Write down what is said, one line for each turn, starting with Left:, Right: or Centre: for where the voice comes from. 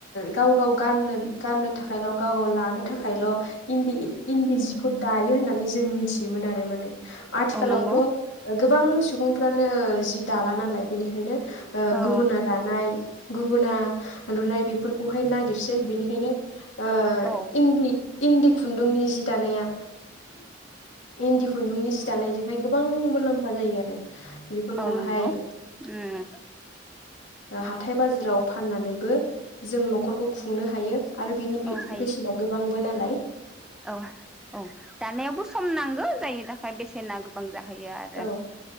Left: गाव गाव गाननो गाननो थाखायल गाव गाव लानो थाखायल इन्दि इन्दि जिखौ दायो होननानै जों मिथियोमोन आरो माने आथिखालाव
Centre: औ नंगौ
Left: थ गोबां सुबुं फानो जि दाला नालाय बिनिखायनो ओ
Centre: औ
Left: गुबुना दानाय गुबुना लुनाय बेफोरखौहाय नागिरसै बेनिखायनो ओ
Centre: औ
Left: इन्दि इन्दि खुन्दुंनि जि दानाया इन्दि खुन्दुंनि जि दानायजों हाय गोबां मुलाम्फा जायो आरो। बेफोरखौहाय
Centre: औ नंगौ उम
Left: हाथाय बाजाराव फाननानैबो जों नखरखौ खुंनो हायो। आरो बिनि बे
Centre: औ हायो
Left: बेसेना गोबांबो ना <inaudible>
Centre: औ औ दानायावबो सम नांगौ जायनि थाखाय बेसेना गोबां जाहैयो आरो
Left: औ